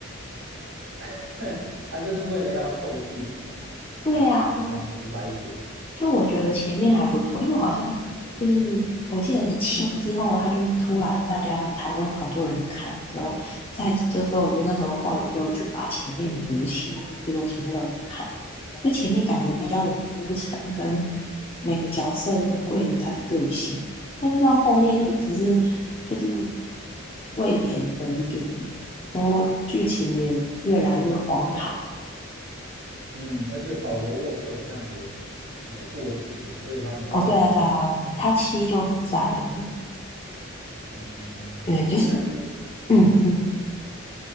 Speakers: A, on the right (about 75°); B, on the left (about 25°).
A: <laughs> 他就是为了要凑续集啦，
B: 对呀，
A: 讲讲直白一点，
B: 嗯就我觉得前面还不错，
A: 对，
B: 因为我好像就是我记得是七之后，他就突然大家台湾好多人看，然后在这时候我就那时候后来就去把前面的补起来，就是我前面都有看，就前面感觉比较有铺陈，跟每个角色有会有他的个性，但是到后面就只是就是为演而演，然后剧情也越来越荒唐。
A: 嗯，而且保罗沃克很像也也过世了，所以他没办法演，
B: 哦，对啊，对啊，他七就不在了。
A: 嗯，
B: 对，
A: 哎，
B: 就是
A: 那你会，
B: 嗯嗯，
A: 嗯。